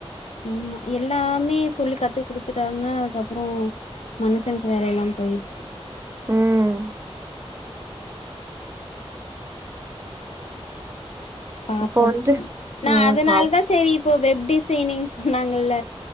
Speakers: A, on the left; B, on the right.
A: ஆமா எல்லாமே சொல்லி கத்து குடுத்துட்டாங்க அதுக்கப்பறோ மனுசனுக்கு வேலை இல்லாம போயிடுச்சு
B: ம்
A: பாப்போ
B: இப்போ வந்து
A: நா
B: ம்
A: அதனால
B: பாவ்
A: தா சேரி இப்போ வெப் டிசைனிங் சொன்னாங்கல்ல